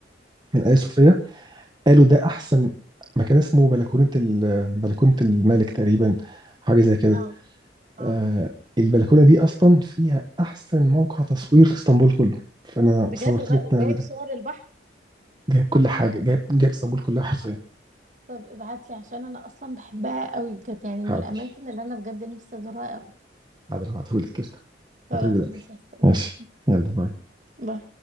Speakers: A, on the right; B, on the right.
A: من ايا صوفيا قالوا ده احسن مكان اسمه بلكونه ال... بلكونه الملك تقريبا حاجه زي كده
B: اه اه
A: آه البلكونه دي اصلا فيها احسن موقع تصوير في اسطنبول كله فانا
B: بجد
A: صورت
B: والله
A: لك
B: وجايب
A: من قبل ده
B: صور البحر
A: جايب كل حاجه جايب جايب اسطنبول كلها حرفيا
B: طب ابعتلي عشان انا اصلا بحبها قوي بجد يعني
A: حاضر
B: من الاماكن اللي انا بجد نفسي ازورها قوي
A: حاضر هبعتهولك قشطة
B: خلاص
A: هبعتهولك دلوقتي
B: ماشي هستناك
A: ماشي يلا باي
B: باي.